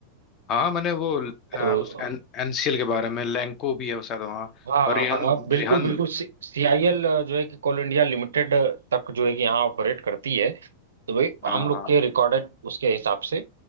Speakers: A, on the left (about 35°); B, on the right (about 65°).
A: हाँ मैंने वो आ,
B: तो
A: उस एन, एनसीएल के बारे में लैंको भी है शायद वहाँ
B: हाँ
A: और
B: हाँ
A: रिहान
B: हाँ, हाँ, बिल्कुल
A: रिहान
B: बिल्कुल सीआईएल जो है कि कोल इंडिया लिमिटेड तक जो है कि यहाँ ऑपरेट करती है तो भाई
A: हाँ
B: हम लोग
A: हाँ
B: के रिकॉर्डेड उसके हिसाब से